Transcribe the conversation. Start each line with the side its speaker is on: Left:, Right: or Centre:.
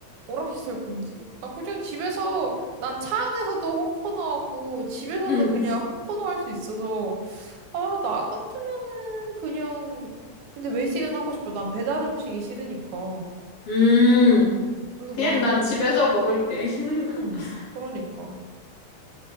Right: 오락시설 금지. 난 그냥 집에서, 난 차 안에서도 홈코너 하고, 집에서도
Left: 응.
Right: 그냥 홈코너 할 수 있어서, 아, 나 같으면은 그냥 근데 외식은 하고 싶어. 난 배달 음식이 싫으니까.
Left: 음.
Right: 그래서
Left: 그냥
Right: 나는
Left: 난 집에서 먹을게. <laughs>
Right: 음, 그러니까.